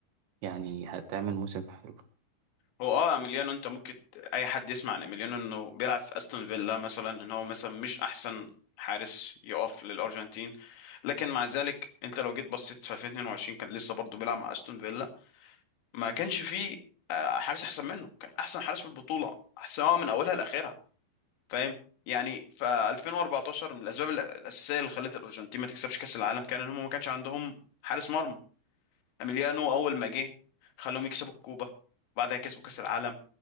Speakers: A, on the right; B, on the left.
A: يعني هتعمل موسم حلو
B: هو اه اميليانو انت ممكن ت- اي حد يسمع عن اميليانو انه بيلعب في استون فيلا مثلا ان هو مثلا مش احسن حارس يقف للارجنتين لكن مع ذلك انت لو جيت بصيت في 2022 كان لسه برضه بيلعب مع استون فيلا ما كانش فيه آه، حارس احسن منه كان احسن حارس في البطوله سواء من اولها لاخرها فاهم يعني ف 2014 من الاسباب الاساسيه اللي خلت الارجنتين ما تكسبش كاس العالم كان ان هم ما كانش عندهم حارس مرمى اميليانو اول ما جه خلوهم يكسبوا الكوبا وبعدها كسبوا كاس العالم